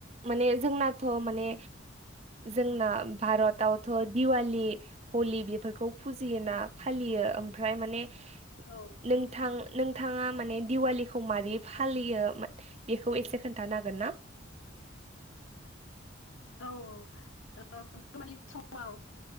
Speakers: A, on the right (about 30°); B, on the left (about 80°).
A: माने जोंनाथ' माने जोंना भारतआवथ' दिवालि हलि बेफोरखौ फुजियोना फालियो ओमफ्राय माने
B: औ
A: नोंथां
B: औ
A: नोंथाङा माने दिवालिखौ माबै फालियो बेसे खोन्थानो हागोन ना
B: औ औ औ दिवालि समाव